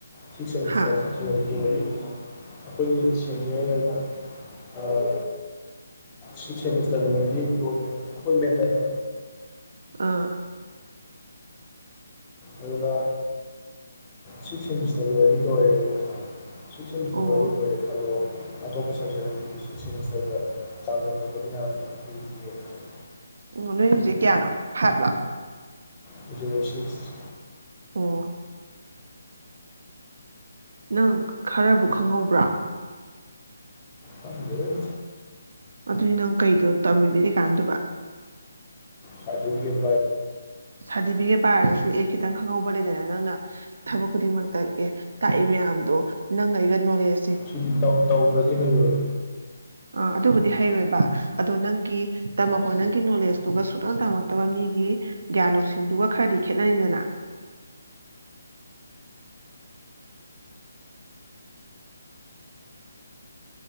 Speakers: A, on the left; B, on the right.
A: ꯁꯤꯛꯁ ꯁꯦꯃꯤꯁꯇꯔ
B: ꯍꯥ
A: <unintelligible> <inaudible> ꯑꯩꯈꯣꯏꯒꯤ ꯁꯦꯅꯤꯌꯔ ꯑꯣꯏꯅ ꯁꯤꯛꯁ ꯁꯦꯃꯤꯁꯇꯔ ꯂꯣꯏꯔꯗꯤ ꯂꯣꯟꯅꯦ ꯑꯩꯈꯣꯏ ꯃꯦꯟꯇ ꯇ
B: ꯑꯥ
A: ꯑꯗꯨꯅ ꯁꯤꯛꯁ ꯁꯦꯃꯤꯁꯇꯔ ꯂꯣꯏꯔꯤ ꯂꯣꯏꯔꯦꯅ ꯍꯥꯏ ꯁꯤꯛꯁ ꯁꯦꯃꯤꯁꯇꯔ
B: ꯑꯣ
A: ꯂꯣꯏꯔꯗꯤ ꯂꯣꯏꯔꯦ ꯈꯜꯂꯣ ꯑꯇꯣꯞꯄ ꯁꯕꯖꯦꯛ ꯑꯅꯤꯗꯨꯗꯤ ꯁꯤꯛꯁ ꯁꯦꯃꯤꯁꯇꯔꯒ ꯆꯥꯡꯗꯝꯅꯕꯗ ꯌꯥꯝꯅ ꯂꯨꯗꯦꯅ ꯍꯥꯏꯕ
B: ꯑꯣ ꯅꯣꯏ ꯍꯧꯖꯤꯛ ꯀꯌꯥꯅꯣ ꯐꯥꯏꯕ꯭ꯂꯣ
A: ꯍꯧꯖꯤꯛ ꯑꯩ ꯁꯤꯛꯁ
B: ꯑꯣ ꯅꯪ ꯈꯔꯕꯨ ꯈꯪꯍꯧꯕ꯭ꯔꯥ
A: ꯈꯪꯗꯦ
B: ꯑꯗꯨꯗꯤ ꯅꯪ ꯀꯩꯗꯣ ꯇꯝꯃꯤꯕꯩ ꯀꯩ ꯀꯥꯟꯗꯨꯕ
A: ꯁꯔꯇꯤꯐꯤꯀꯦꯠ
B: ꯁꯥꯔꯇꯤꯐꯤꯀꯦꯠ ꯄꯥꯏꯔꯁꯨ ꯑꯦ ꯈꯤꯇꯪ ꯈꯪꯍꯧꯕ ꯂꯩꯗꯅ ꯅꯪꯅ ꯊꯕꯛ ꯈꯨꯗꯤꯡꯃꯛꯇ ꯑꯦ ꯇꯥꯛꯏ ꯃꯌꯥꯝꯗꯣ ꯅꯪꯒ ꯑꯩꯒ ꯅꯣꯂꯦꯖ
A: ꯁꯤꯗꯤ ꯇꯧ ꯇꯧꯗ꯭ꯔꯗꯤ ꯍꯩꯔꯣꯏ
B: ꯑꯥ ꯑꯗꯨꯕꯨꯗꯤ ꯍꯩꯔꯣꯏꯕ ꯑꯗꯣ ꯅꯪꯒꯤ ꯇꯝꯃꯛꯄ ꯅꯪꯒꯤ ꯅꯣꯂꯦꯖꯇꯨꯒ ꯁꯨꯛꯇꯝ ꯇꯝꯃꯛꯇꯕ ꯃꯤꯒꯤ ꯒ꯭ꯌꯥꯟ ꯂꯧꯁꯤꯡꯗꯨꯒ ꯈꯔꯗꯤ ꯈꯦꯠꯅꯔꯤꯗꯅ